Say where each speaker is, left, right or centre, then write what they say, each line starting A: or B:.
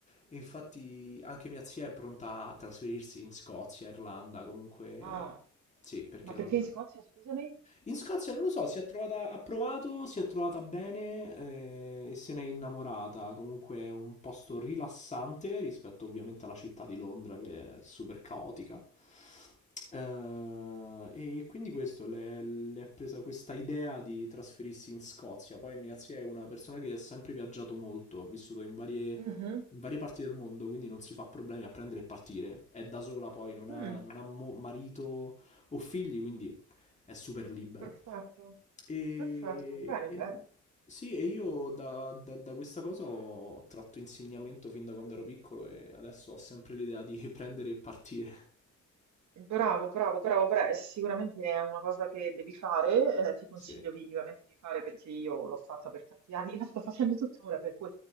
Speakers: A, on the left; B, on the right.
A: e infatti anche mia zia è pronta a trasferirsi in Scozia, Irlanda, comunque
B: Ah,
A: sì, perché
B: ma
A: non...
B: perché in Scozia, scusami?
A: In Scozia non lo so, si è trovata, ha provato, si è trovata bene eh, e se n'è innamorata. Comunque è un posto rilassante rispetto ovviamente alla città di Londra che è super caotica. Eh, e quindi questo, le, le è presa questa idea di trasferirsi in Scozia. Poi mia zia è una persona che ha sempre viaggiato molto, ha vissuto in varie,
B: Mhm.
A: in varie parti del mondo, quindi non si fa problemi a prendere e partire. È da sola poi, non ha,
B: Mm,
A: non ha mo- marito o figli, quindi è super libera.
B: perfetto,
A: E,
B: perfetto, bene,
A: e-
B: bene.
A: sì, e io da, da- da questa cosa ho tratto insegnamento fin da quando ero piccolo e adesso ho sempre l'idea di <laughs> prendere e partire.
B: Bravo, bravo, bravo, bra- eh, sicuramente è una cosa che devi fare, eh, ti consiglio
A: Sì,
B: vivamente di fare perché io l'ho fatta per tanti anni, <laughs> la sto facendo tuttora, per cui...